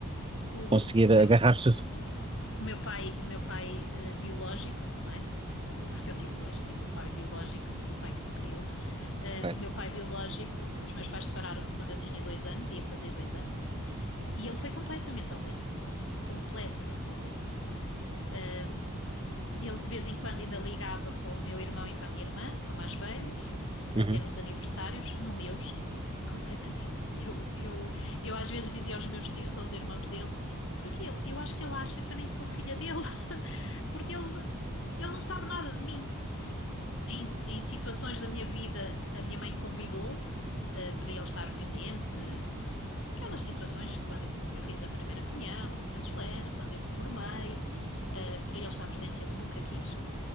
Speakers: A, on the left; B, on the right.
A: O,
B: conseguir
A: o
B: agarrar
A: meu,
B: <laughs> tudo.
A: o meu pai, o meu pai eh, biológico, não é? Porque eu tive dois, tive o pai biológico e o pai que me criou. Eh,
B: Ok.
A: o meu pai biológico, os meus pais separaram-se quando eu tinha dois anos, ia fazer dois anos, e ele foi completamente ausente. Completamente ausente. Um, ele de vez em quando ainda ligava para o meu irmão e para a minha irmã, que são mais velhos, até
B: Uhum,
A: nos aniversários, no meus, <laughs> completamente. Eu, eu, eu às vezes dizia aos meus tios, aos irmãos dele, para ele? Eu acho que ele acha que eu nem sou filha dele, <laughs> porque ele, ele não sabe nada de mim. Em, em situações da minha vida, a minha mãe convidou eh, para ele estar presente, Aquelas situações quando eu fiz a primeira comunhão, a comunhão solene, quando eu me formei, eh, para ele estar presente, ele nunca quis.